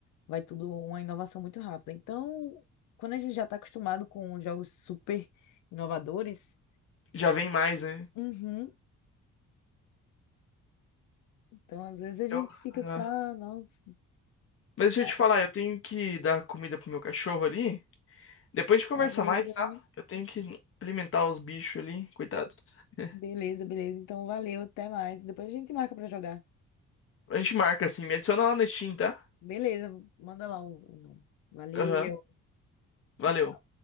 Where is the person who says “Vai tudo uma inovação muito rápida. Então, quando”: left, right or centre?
Left